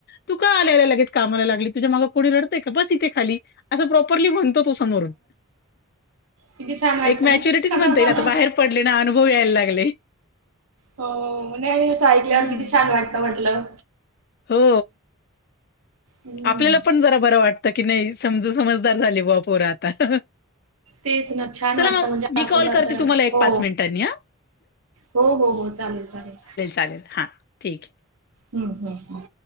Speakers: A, on the left; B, on the right.
A: तू का आल्याला लगेच कामाला लागली तुझ्या मागे कोणी रडतंय का? बस इथे खाली. असं प्रॉपरली म्हणतो तो समोरून,
B: किती छान वाटतं
A: एक मॅच्युरिटीच म्हणता येईल आता
B: ना.
A: बाहेर पडले ना अनुभव यायला लागले.
B: हो, नाही आणि असं ऐकल्यावर
A: हं.
B: किती छान वाटतं म्हटलं.
A: हो,,
B: हम्म.
A: आपल्याला पण जरा बरं वाट त की नाही, समजा समजदार झाली बा पोरं आता.
B: तेच ना छान
A: चला
B: वाटतं
A: मग
B: म्हणजे
A: मी
B: आपल्याला
A: कॉल करते
B: जरा,,
A: तुम्हाला एक
B: हो.
A: मिनिटांनी हां.
B: हो हो हो चालेल चालेल
A: चालेल. हां, ठीक आहे.
B: हम् हम्.